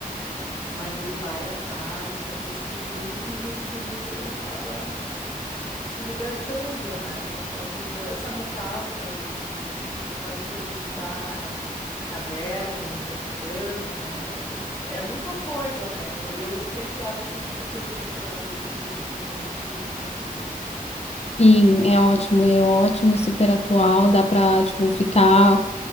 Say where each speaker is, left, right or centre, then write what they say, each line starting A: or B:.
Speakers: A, on the left; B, on the left.
A: Mas ele vai atrás e tenta descobrir, e no fim ele acaba se libertando, né? Então tem toda essa metáfora do, do, do quanto que a gente está na caverna e não está enxergando, né? Tem, é muita coisa, né? Eu, eu sempre acho que tem muita coisa para tirar do, do filme esse do Truman Show.
B: Sim, é ótimo, é ótimo e super atual, dá para, tipo, ficar